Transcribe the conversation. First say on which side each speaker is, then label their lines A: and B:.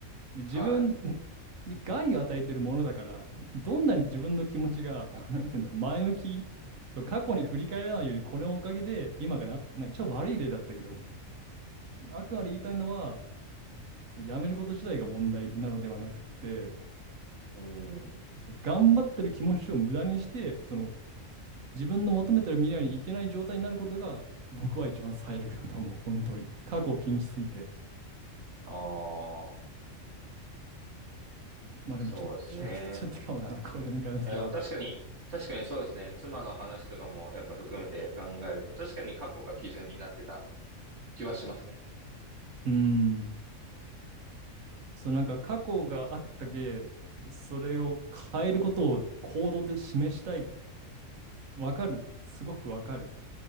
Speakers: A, on the right; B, on the right.
A: で自分に害を与えてるものだからどんなに自分の気持ちが
B: は
A: <laughs> なんて言うんだろう前向きそう過去に振り返らないようにこのおかげで今がな、なんか超悪い例だったけどあくまで言いたいのは、その辞めること自体が問題なのではなくって、
B: い、うん、
A: その頑張ってる気持ちを無駄にして、その自分の求めてる未来に行けない状態になることが、僕は一番最悪だと思う、本当に。過去を気にしすぎて。
B: ああ、
A: まあでもちょっと散らかっちゃったかもな、
B: そうですね。
A: <laughs> これに関しては。
B: や、でも確かに、確かにそうですね。妻の話とかもやっぱ含めて考えると、確かに過去が基準になってた気はしますね。
A: うん。そう、なんか過去があったけ、それを変えることを行動で示したい。わかる。すごくわかる。